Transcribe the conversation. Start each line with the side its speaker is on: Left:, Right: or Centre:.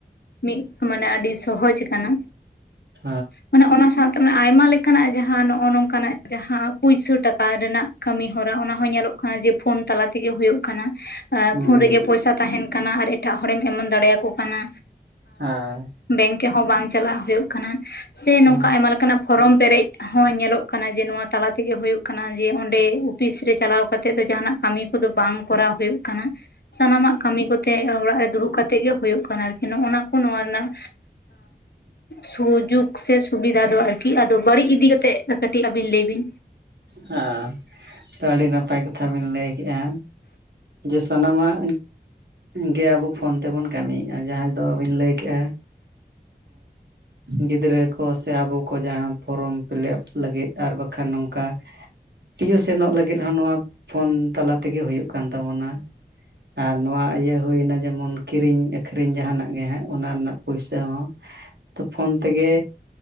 Left: ᱢᱤᱫ ᱢᱟᱱᱮ ᱟᱹᱰᱤ ᱠᱚ ᱠᱷᱚᱡᱽ ᱠᱟᱱᱟ᱾
Right: ᱦᱳᱭ
Left: ᱢᱟᱱᱮ ᱚᱱᱟ ᱥᱟᱶ ᱛᱟᱨᱮ ᱢᱟᱱᱮ ᱟᱭᱢᱟ ᱞᱮᱠᱟᱱᱟᱜ ᱡᱟᱦᱟᱸ ᱱᱚᱜᱚ ᱱᱚᱝᱠᱟᱱᱟᱜ ᱡᱟᱦᱟᱸ ᱯᱩᱭᱥᱟᱹ ᱴᱟᱠᱟ ᱨᱮᱱᱟᱜ ᱠᱟᱹᱢᱤ ᱦᱚᱨᱟ ᱚᱱᱟ ᱦᱚᱸ ᱧᱮᱞᱚᱜ ᱠᱟᱱᱟ ᱡᱮ ᱯᱷᱳᱱ ᱛᱟᱞᱟ ᱛᱮᱜᱮ ᱦᱳᱭᱳᱜ ᱠᱟᱱᱟ᱾
Right: ᱦᱩᱸ
Left: ᱯᱷᱳᱱ ᱨᱮᱜᱮ ᱯᱚᱭᱥᱟ ᱛᱟᱦᱮᱱ ᱠᱟᱱᱟ ᱟᱨ ᱮᱴᱟᱜ ᱦᱚᱲᱮᱢ ᱮᱢᱚᱱ ᱫᱟᱲᱮᱭᱟᱠᱚ ᱠᱟᱱᱟ᱾
Right: ᱦᱳᱭ
Left: ᱵᱮᱝᱠᱮ ᱦᱚᱸ ᱵᱟᱝ ᱪᱟᱞᱟᱜ ᱦᱳᱭᱳᱜ ᱠᱟᱱᱟ ᱥᱮ ᱱᱚᱝᱠᱟ
Right: ᱦᱩᱸ ᱦᱳᱭ
Left: ᱟᱭᱢᱟ ᱞᱮᱠᱟᱱᱟᱜ ᱯᱷᱚᱨᱚᱢ ᱯᱮᱨᱮᱡ ᱦᱚᱸ ᱧᱮᱞᱚᱜ ᱠᱟᱱᱟ ᱡᱮ ᱱᱚᱣᱟ ᱛᱟᱞᱟ ᱛᱮᱜᱮ ᱦᱩᱭᱩᱜ ᱠᱟᱱᱟ ᱡᱮ ᱚᱸᱰᱮ ᱚᱯᱷᱤᱥ ᱨᱮ ᱪᱟᱞᱟᱣ ᱠᱟᱛᱮᱜ ᱫᱚ ᱡᱟᱦᱟᱱᱟᱜ ᱠᱟᱹᱢᱤ ᱠᱚᱫᱚ ᱵᱟᱝ ᱠᱚᱨᱟᱣ ᱦᱩᱭᱩᱜ ᱠᱟᱱᱟ, ᱥᱟᱱᱟᱢᱟᱜ ᱠᱟᱹᱢᱤ ᱠᱚᱛᱮ ᱚᱲᱟᱜ ᱨᱮ ᱫᱩᱲᱩᱵ ᱠᱟᱛᱮ ᱠᱟᱛᱮᱜ ᱜᱮ ᱦᱳᱭᱳᱜ ᱠᱟᱱᱟ ᱟᱨᱠᱤ ᱱᱚᱜ ᱱᱟ ᱠᱚ ᱱᱚᱣᱟ ᱨᱮᱱᱟᱜ ᱥᱩᱡᱩᱜ ᱥᱮ ᱥᱩᱵᱤᱫᱷᱟ ᱫᱚ ᱟᱨᱠᱤ ᱟᱫᱚ ᱵᱟᱹᱲᱤᱡ ᱤᱫᱤ ᱠᱟᱛᱮᱜ ᱠᱟᱹᱴᱤᱡ ᱵᱤᱱ ᱞᱟᱹᱭᱵᱤᱱ᱾
Right: ᱦᱮᱸ ᱛᱚ ᱟᱹᱰᱤ ᱱᱟᱯᱟᱭ ᱠᱟᱛᱷᱟ ᱵᱤᱱ ᱞᱟᱹᱭ ᱠᱮᱜᱼᱟ᱾ ᱡᱮ ᱥᱟᱱᱟᱢᱟᱜ ᱜᱮ ᱟᱵᱚ ᱯᱷᱳᱱ ᱛᱮᱵᱚᱱ ᱠᱟᱹᱢᱤᱭᱮᱜᱼᱟ, ᱡᱟᱦᱟᱸᱭ ᱫᱚᱵᱤᱱ ᱞᱟᱹᱭ ᱠᱮᱜᱼᱟ ᱜᱤᱫᱽᱨᱟᱹ ᱠᱚ ᱥᱮ ᱟᱵᱚ ᱠᱚ ᱡᱟᱦᱟᱸ ᱯᱷᱨᱚᱢ ᱯᱷᱤᱞᱟᱯ ᱞᱟᱹᱜᱤᱫ ᱟᱨ ᱵᱟᱠᱷᱟᱱ ᱱᱚᱝᱠᱟ ᱴᱤᱭᱳ ᱥᱮᱱᱚᱜ ᱞᱟᱹᱜᱤᱫ ᱦᱚᱸ ᱱᱚᱣᱟ ᱯᱷᱳᱱ ᱛᱟᱞᱟ ᱛᱮᱜᱮ ᱦᱩᱭᱩᱜ ᱠᱟᱱ ᱛᱟᱵᱚᱱᱟ᱾ ᱟᱨ ᱱᱚᱣᱟ ᱤᱭᱟᱹ ᱦᱩᱭᱱᱟ ᱡᱮᱢᱚᱱ ᱠᱤᱨᱤᱧ ᱟᱠᱷᱨᱤᱧ ᱡᱟᱦᱟᱸ ᱱᱟᱜ ᱜᱮ ᱚᱱᱟ ᱨᱮᱱᱟᱜ ᱯᱩᱭᱥᱟᱹ ᱦᱚᱸ᱾ ᱛᱚ ᱯᱷᱳᱱ ᱛᱮᱜᱮ